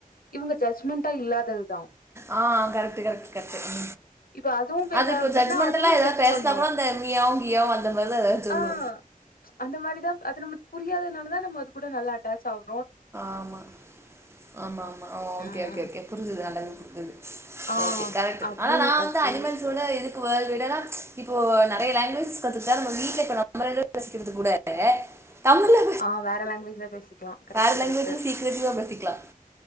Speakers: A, on the left (about 80°); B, on the right (about 15°).
A: இவுங்க ஜட்ஜ்மெண்ட்டா இல்லாததுதா
B: ஆ கரெட்டு கரெக்ட் கரெக்ட்டு
A: இப்ப அதுவு பேச
B: அது
A: ஆரம்பிச்சுட்டுனா
B: இப்ப ஜட்மெண்டெல்லா
A: அதுவு
B: ஏதாவது
A: ஜட்ஜ்
B: பேசனா
A: பண்ணு
B: கூட அந்த மியாவ் கியாவ் அந்த மாரிதா எதாவது சொல்லு
A: ஆ அந்த மாரிதா ம் அது நமக்கு புரியாதத்னால தா நம்ம அது கூட நல்ல அட்டாச் ஆவ்
B: ஆமா ஆமா மா ஆ ஓகே
A: ம்
B: ஓகே ஓகே புரிஞ்சுது நல்லாவே புரிஞ்சுது
A: ஆ
B: ஓகே கரெக்ட்டு
A: அப்டின்னு
B: ஆனா நா
A: ஓகே
B: வந்து அனிமல்ஸோட இது வேர்ல்டுவிடனா இப்போ நெறய லாங்குவேஜஸ் கத்துகிட்டா நம்ம வீட்ல இப்ப நம்ம ரெண்டு பேரு பேசிக்கிறது கூட தமிழு
A: ஆ வேற லாங்வேஜ்ல பேசிக்லா கரெக்ட்
B: வேற லாங்வேஜ்ல
A: கரெக்ட்
B: சீக்ரட்டிவா பேசிக்லா